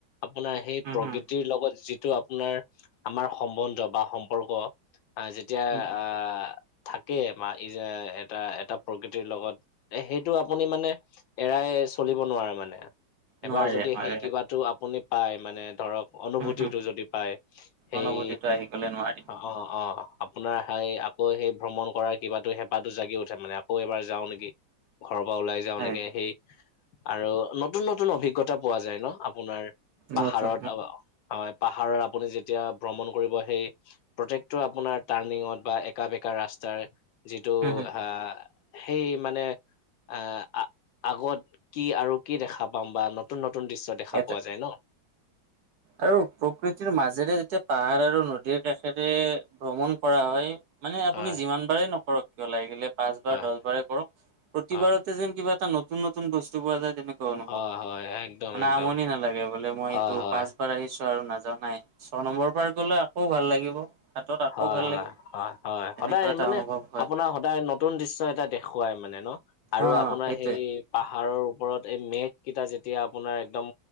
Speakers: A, on the left; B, on the right.
A: আপোনাৰ সেই
B: উম
A: প্ৰকৃতিৰ
B: হুম
A: লগত যি- টো আপোনাৰ আমাৰ সম্বন্ধ বা সম্পৰ্ক যেতিয়া আহ-
B: উম হুম
A: থাকে বা ই যে এটা এটা প্ৰকৃতিৰ লগত এ সেইটো আপুনি মানে- এৰাই চলিব নোৱাৰে মানে এবাৰ
B: নোৱাৰে
A: যদি
B: নোৱাৰে
A: সেই কিবাটো আপুনি পাই মানে ধৰক। অনুভূতিটো
B: হুম হুম
A: যদি পায় সেই-
B: অনুভূতিটো আহি গ'লে নোৱাৰি
A: অঁ অ', অ', আপোনাৰ হেই আকৌ সেই ভ্ৰমণ কৰাৰ কিবাতো হেপাতো জাগি উঠে মানে আকৌ এবাৰ যাও নেকি ঘৰৰ পৰা ওলাই। যাওঁ
B: হয়
A: নেকি সেই আৰু নতুন -নতুন অভিজ্ঞতা পোৱা যায় ন' আপোনাৰ পাহাৰত
B: নতুন
A: <unintelligible> হয় পাহাৰত আপুনি যেতিয়া ভ্ৰমণ কৰিব সেই প্ৰত্যেকটো আপোনাৰ টাৰ্ণিঙত বা একা -বেকা ৰাস্তাৰ যিটো
B: হম হম
A: হা সেই মানে- আহ আগত কি আৰু কি দেখা পাম বা নতুন নতুন দৃশ্য দেখা
B: এটা
A: পোৱা যায় ন।
B: আৰু প্ৰকৃতিৰ মাজেৰে যেতিয়া পাহাৰ আৰু নদীৰ কাষেৰে ভ্ৰমণ কৰা হয়। মানে আপুনি
A: হয়।
B: যিমান বাৰে নকৰক কিয় লাগিলে পাঁচ বাৰ
A: হয়
B: দহ বাৰে কৰক, প্ৰতিবাৰত-
A: হয়
B: যেন কিবা এটা নতুন নতুন বস্তু পোৱা যায় তেনেকা। <unintelligible>
A: হয় হয় একদম
B: মানে
A: একদম
B: আমনি নালাগে বোলে মই
A: হয়
B: এইটো
A: হয়
B: পাচ পাৰা আহিছো আৰু নাজাও নাই ছ নম্বৰ পাৰ কৰিলে আকৌ ভাল লাগিব। হাতত আকৌ
A: হয়-হয়-
B: ভাল লাগিব
A: হয়- হয়
B: তেনেকুৱা
A: সদায়
B: এটা
A: মানে
B: অনুভৱ হয়
A: আপোনাৰ সদায় ন নতুন দৃশ্য এটা দেখুৱাই মানে ন' আৰু
B: অ
A: আপোনাৰ
B: সেইটোৱে
A: হেই পাহাৰৰ ওপৰত এই মেঘ কেইটা যেতিয়া আপোনাৰ একদম